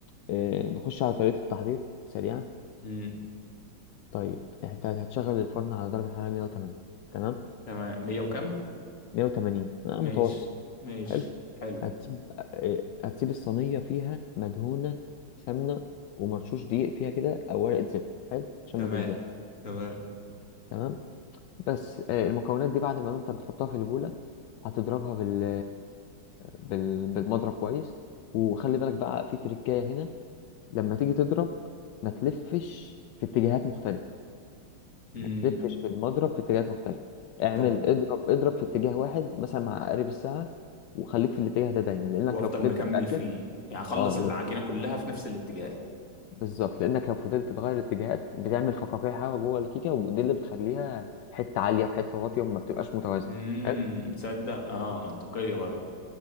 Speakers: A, on the left (about 75°); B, on the left (about 40°).
A: إيه نخش على طريقة التحضير سريعا
B: امم
A: طيب إيه، انت هتشغل الفرن على درجة حرارة 180 تمام
B: تمام مية وكم
A: 180 آه،
B: ماشي
A: متوسط
B: ماشي
A: حلو
B: حلو
A: هتسيب آه، هتسيب الصينية فيها مدهونة سمنة ومرشوش دقيق فيها كده أو ورقة زبدة حلو عشان
B: تمام
A: ما تلزق
B: تمام
A: تمام بس آه، المكونات دي بعد ما أنت بتحطها في البولة هتضربها بال... بال... بالمضرب كويس وخلي بالك بقى في تركاية هنا لما تيجي تضرب ما تلفش في اتجاهات مختلفة
B: امم
A: تلفش بالمضرب في اتجاهات مختلفة اعمل
B: طب
A: اضرب اضرب في اتجاه واحد مثلا مع عقارب الساعة وخليك في الاتجاه ده دايما لأنك
B: وافضل
A: لو فضلت
B: مكمل
A: تقلب
B: فيه يعني اخلص
A: اه
B: العجينة
A: لو
B: كلها في نفس الاتجاه
A: بالظبط لأنك لو فضلت تغير اتجاهات بتعمل فقاقيع هوا جوه الكيكة ودي اللي بتخليها حتة عالية وحتة واطية وما بتبقاش متوازنة
B: امم
A: حلو؟
B: تصدق اه منطقية برضه